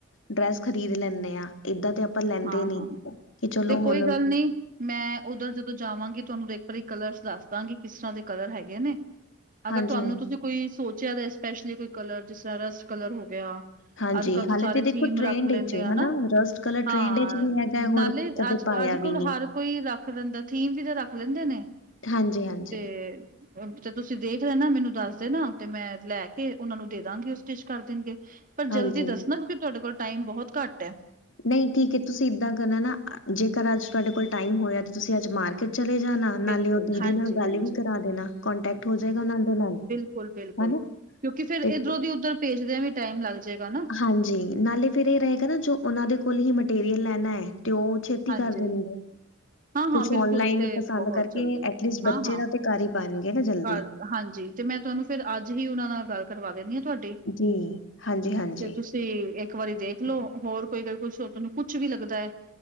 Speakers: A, on the left; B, on the right.
A: ਡਰੈਸ ਖ਼ਰੀਦ ਲੈਂਦੇ ਆਂ। ਏਦਾਂ ਤੇ, ਆਪਾਂ ਲੈਂਦੇ
B: ਹਾਂ-ਹਾਂ।
A: ਨੀ ਕਿ, ਚਲੋ
B: ਤੇ
A: ਹੁਣ
B: ਕੋਈ ਗੱਲ ਨਹੀਂ ਮੈਂ ਉਧਰ ਜਦੋਂ ਜਾਵਾਂਗੀ। ਤੁਹਾਨੂੰ ਵੇਥ ਵਾਰੀ ਕਲਰਸ ਦੱਸ ਦਾਂਗੀ। ਕਿਸ ਤਰਾਂ ਦੇ ਕਲਰ ਹੈਗੇ ਨੇ। ਅਗਰ
A: ਹਾਂਜੀ
B: ਤੁਹਾਨੂੰ, ਤੁਸੀਂ ਕੋਈ ਸੋਚਿਆ ਤਾਂ ਸਪੈਸ਼ਲੀ, ਕੋਈ ਕਲਰ ਜਿਸ ਤਰਾਂ, ਰਸਟ ਕਲਰ ਹੋ ਗਿਆ।
A: ਹਾਂਜੀ
B: ਅੱਜ ਕੱਲ ਤਾਂ
A: ਹਾਲੇ
B: ਸਾਰੇ,
A: ਤੇ ਦੇਖੋ
B: ਥੀਮ
A: ਟ੍ਰੈਂਡ
B: ਰੱਖ ਲੈਂਦੇ
A: ਵਿੱਚ ਏ
B: ਆ
A: ਹਨਾ
B: ਨਾ।
A: ਰਸਟ ਕਲਰ
B: ਹਾਂ,
A: ਟ੍ਰੈਂਡ ਵਿੱਚ ਵੀ ਹੈਗਾ
B: ਨਾਲੇ
A: ਹੋਰ ਕਦੇ
B: ਅੱਜ,
A: ਪਾਇਆ
B: ਅੱਜ ਕੋਲ
A: ਵੀ ਨੀ
B: ਹਰ ਕੋਈ ਰੱਖ ਲੈਂਦਾ। ਥੀਮ ਵੀ ਤਾਂ ਰੱਖ ਲੈਂਦੇ ਨੇ।
A: ਹਾਂਜੀ -ਹਾਂਜੀ।
B: ਤੇ ਤੇ ਤੁਸੀਂ ਦੇਖ ਰਹੇ ਨਾ। ਮੈਨੂੰ ਦੱਸ ਦੇਨਾ, ਤੇ ਮੈਂ ਲੈ ਕੇ, ਉਹਨਾਂ ਨੂੰ ਦੇ ਦਾਂਗੀ। ਉਹ ਸਟਿਚ ਕਰ ਦੇਣਗੇ। ਪਰ
A: ਹਾਂਜੀ
B: ਜਲਦੀ ਦੱਸਣਾ। ਕਿਉਂਕਿ ਤੁਹਾਡੇ ਕੋਲ, ਟਾਈਮ ਬਹੁਤ ਘੱਟ ਐ।
A: ਨਹੀਂ ਠੀਕ ਹੈ। ਤੁਸੀਂ ਇੱਦਾਂ ਕਰਨਾ ਨਾ, ਜੇਕਰ ਅੱਜ ਤੁਹਾਡੇ ਕੋਲ ਟਾਈਮ ਹੋਇਆ। ਤੇ ਤੁਸੀਂ ਅੱਜ ਮਾਰ ਕੇ ਚਲੇ ਜਾਣਾ।
B: ਬਿਲਕੁਲ
A: ਨਾਲੇ ਉਹ ਦੀਦੀ
B: ਹਾਂਜੀ
A: ਨਾਲ ਗੱਲ
B: ਹਾਂਜੀ
A: ਵੀ, ਕਰਾ ਦੇਣਾ। ਕੋਂਟੈਕਟ ਹੋ ਜਾਏਗਾ ਉਨਾ ਦੇ ਨਾਲ।
B: ਬਿਲਕੁਲ -ਬਿਲਕੁਲ,
A: ਹਨਾ
B: ਕਿਉਂਕਿ ਫੇਰ
A: ਤੇ
B: ਇੱਧਰੋਂ ਦੀ, ਉੱਧਰ ਭੇਜਦਿਆਂ ਵੀ, ਟਾਈਮ ਲੱਗ ਜਾਏਗਾ ਨਾ।
A: ਹਾਂਜੀ। ਨਾਲੇ ਫੇਰ ਇਹ ਰਹੇਗਾ ਨਾ, ਜੋ ਉਹਨਾਂ ਦੇ ਕੋਲ ਹੀ, ਮਟੀਰੀਅਲ ਲੈਣਾ ਹੈ। ਤੇ ਉਹ ਛੇਤੀ
B: ਹਾਂਜੀ।
A: ਕਰ ਦੇਣਗੇ।
B: ਹਾਂ-ਹਾਂ,
A: ਕੁਛ
B: ਬਿਲਕੁਲ
A: ਔਨਲਾਈਨ
B: ਉਹ ਤੇ
A: ਪਸੰਦ
B: ਬਹੁਤ
A: ਕਰਕੇ।
B: ਜਲਦੀ,
A: ਐਟਲੀਸਟ
B: ਹਾਂ-ਹਾਂ।
A: ਬੱਚੇ ਦਾ ਤਾਂ, ਕਰ ਹੀ ਪਾਣਗੇ ਨਾ ਜਲਦੀ।
B: ਘਰ ਹਾਂਜੀ ਤੇ ਮੈਂ ਤੁਹਾਨੂੰ ਫੇਰ ਅੱਜ ਹੀ ਉਹਨਾਂ ਨਾਲ ਗੱਲ ਕਰਵਾ ਦਿੰਦੀ ਹਾਂ ਤੁਹਾਡੀ
A: ਜੀ ਹਾਂਜੀ- ਹਾਂਜੀ
B: ਤੁਸੀਂ ਤੇ ਇੱਕ ਵਾਰੀ ਦੇਖ ਲਓ ਹੋਰ ਕੋਈ ਕੁਛ ਤੁਹਾਨੂੰ ਕੁਛ ਵੀ ਲੱਗਦਾ ਹੈ